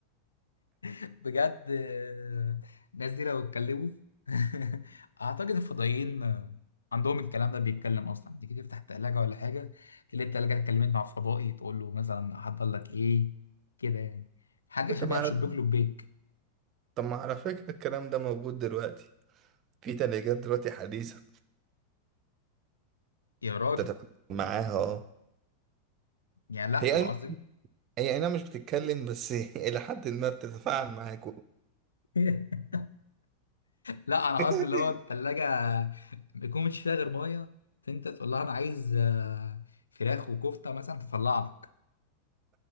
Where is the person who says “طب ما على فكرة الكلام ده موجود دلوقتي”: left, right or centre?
Right